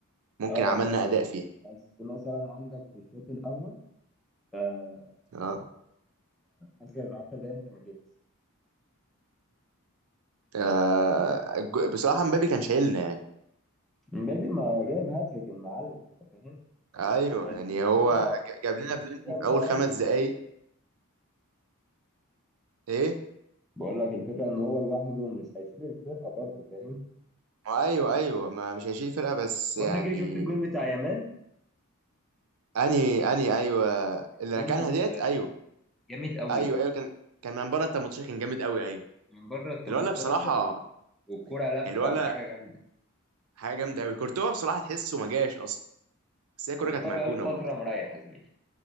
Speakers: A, on the right; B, in the centre.
A: ممكن
B: اه
A: عملنا اداء فيها
B: بس مثلا عندك في الشوط الاول آه،
A: اه
B: اخر 10 دقايق انت ما جيتش
A: آه، الج- بصراحة مبابي كان شايلنا يعني
B: مبابي ما جاب هاتريك المعلم انت فاهم
A: ايوه
B: بس
A: يعني
B: الفكرة
A: هو ج- جاب لنا بلنتي
B: الفكرة
A: في
B: إن هو
A: اول
B: لوحده
A: خمس دقايق ايه
B: بقول لك الفكرة إن هو لوحده مش هيشيل الفرقة برضه فاهم
A: ما ايوه ايوه ما مش هيشيل فرقه بس
B: بقول
A: يعني
B: لك ايه شفت الجون بتاع يامال
A: اني اني ايوه
B: الجون
A: اللي ركنها
B: ال-
A: ديت ايوه
B: جامد قوي
A: ايوه ايوه كان كان من بره ال 18 كان جامد قوي ايوه
B: من بره ال 18
A: الولا بصراحه
B: و... والكرة لفة
A: الولا
B: وحاجة جامدة
A: حاجه جامده قوي كورتوا بصراحه تحسه ما جاش اصلا بس هي الكوره
B: كورتوا
A: كانت مركونه
B: بقاله فترة
A: برضه
B: مريح يا زميلي